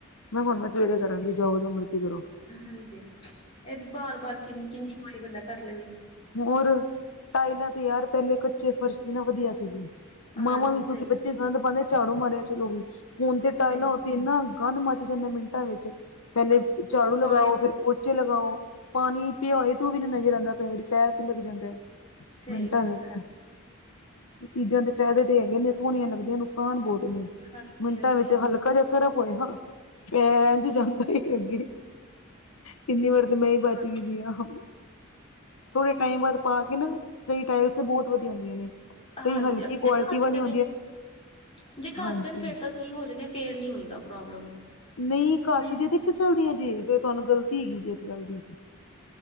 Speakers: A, on the left (about 85°); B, on the left (about 25°).
A: ਮੈਂ ਹੁਨ ਮੈਂ ਸਵੇਰੇ
B: ਹਮ,
A: ਕਰਾਂਗੀ ਜਾਓ ਜੋ ਮਰਜ਼ੀ ਕਰੋ।
B: ਹਾਂਜੀ ਐ ਬਾਰ-ਬਾਰ ਕਿੰਨੀ-ਕਿੰਨੀ ਕੁ ਵਾਰੀ ਬੰਦਾ ਕਰ ਲਵੇ।
A: ਹੋਰ ਟਾਇਲਾਂ ਤੇ ਯਾਰ ਪੈਲੇ ਕੱਚੇ ਫਰਸ਼ ਸੀ ਨਾ ਵਧੀਆ ਸੀ ਜੀ
B: ਹਾਂਜੀ
A: ਮਾਵਾਂ ਵੀ
B: ਸਹੀ
A: ਸੁੱਖੀ
B: ਗੱਲ
A: ਬਚੇ ਗੰਦ ਪਾਂਦੇ ਝਾੜੂ ਮਾਰਿਆ ਚਲੋ ਵੀ ਹੁਨ ਤੇ ਟਾਇਲਾਂ
B: ਸਹੀ।
A: ਏਨਾ ਗੰਧ ਮੱਚ ਜਾਂਦਾ ਮਿੰਟਾਂ ਵਿੱਚ ਪੈਲੇ ਝਾੜੂ ਲਗਾਓ
B: ਪਾਣੀ
A: ਫੇਰ ਪੋਚੇ ਲਗਾਓ ਪਾਨੀ ਪਿਆ ਹੋਏ ਤੇ ੳ ਵੀ ਨੀ ਨਜ਼ਰ ਆਂਦਾ ਕਈ ਵਾਰੀ ਪੈਰ ਤਿਲਕ ਜਾਂਦੈ।
B: ਸਹੀ
A: ਮਿੰਟਾ
B: ਗੱਲ
A: ਵਿਚ।
B: ਹੈ,
A: ਚੀਜ਼ਾਂ ਦੇ ਫੈਦੇ ਤੇ ਹੈਗੇ ਨੇ ਸੋਹਣੀਆਂ ਲੱਗਦੀਆਂ ਨੁਕਸਾਨ ਬੋਤ ਨੇ
B: ਹਾਂਜੀ-ਹਾਂਜੀ,
A: ਮਿੰਟਾਂ ਵਿੱਚ ਹਲਕਾ ਜਾ ਸਰਫ ਹੋਏ ਹਾਂ ਪੈਰ ਐਂਝ ਜਾਂਦਾ ਈ ਅੱਗੇ ਕਿੰਨੀ ਵਾਰ ਤੇ ਮੈਂ ਈ ਬਚ
B: ਹਾਂ
A: ਗਈ ਦੀ ਹਾਂ। ਥੋੜੇ ਟਾਈਮ ਬਾਦ ਪਾ ਕੇ ਨਾ, ਕਈ ਟਾਇਲਸ ਤੇ ਬੋਤ ਵਧੀਆ ਹੁੰਦੀਆਂ ਨੇ। ਕਈ
B: ਹਾਂਜੀ
A: ਹਲਕੀ ਕੁਆਲਿਟੀ
B: <unintelligible>
A: ਵਾਲੀਆਂ
B: ਜੇ ਘੱਸ
A: ਹਾਂਜੀ
B: ਜਾਨ ਫੇਰ ਤਾਂ ਸਈ ਹੋ ਜਾਂਦੇ ਫੇਰ ਨੀ ਹੁੰਦਾ ਪ੍ਰੋਬਲਮ।
A: ਨਈ ਕੱਸ
B: ਨਹੀਂ
A: ਜੇ
B: ਤਾਂ
A: ਤੇ ਫਿਸਲਦੀਆਂ
B: ਫਿਰ
A: ਜੇ ਫੇਰ ਤੁਹਾਨੂੰ ਗ਼ਲਤੀ ਹੈਗੀ ਜੇ ਏਸ ਗੱਲ ਦੀ